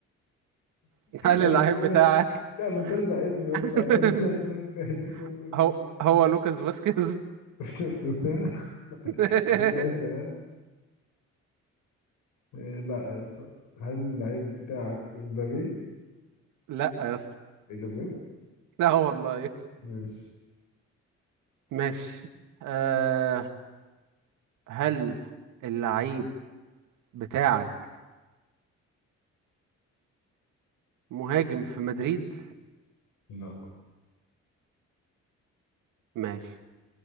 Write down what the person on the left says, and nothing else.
عايز
أقول
ان انا لا ما انت ارزع اسمي يا
اسطى عشان انا عشان انا كده هديك واحده كده
<laughs> بس بس ها
عامل ايه ساعة؟ إيه، لا يا اسطى هل اللعيب بتاعك امبابي؟
ايه ده بجد؟
ماشي
لا